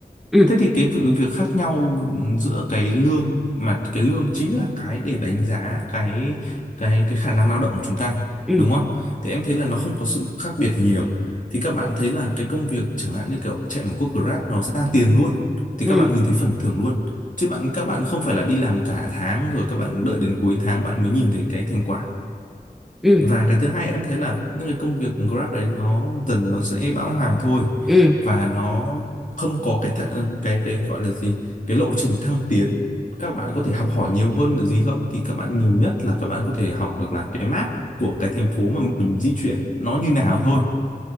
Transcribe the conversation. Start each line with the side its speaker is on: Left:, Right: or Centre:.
Centre: Ừ.
Left: Thế thì cái vụ- việc khác nhau giữa cái lương mà cái lương chính là cái để đánh giá cái cái cái khả năng lao động của chúng ta
Centre: Ừ.
Left: đúng không? Thì em thấy là nó không có sự khác biệt nhiều. Thì các bạn thấy là cái công việc chẳng hạn như kiểu chạy một cuộc Grab nó ra tiền luôn thì
Centre: Ừ.
Left: các bạn nhìn thấy phần thưởng luôn. Chứ bạn các bạn không phải là đi làm cả tháng rồi các bạn đợi đến cuối tháng bạn mới nhìn thấy cái thành quả
Centre: Ừ.
Left: và cái thứ hai em thấy là những cái công việc Grab đấy nó dần nó sẽ bão hòa thôi
Centre: ừ
Left: và nó không có cái th- cái cái gọi là gì cái lộ trình thăng tiến các bạn có thể học hỏi nhiều hơn là gì không thì các bạn nhiều nhất là các bạn có thể học được là cái map của cái thành phố mà mình di chuyển nó như nào thôi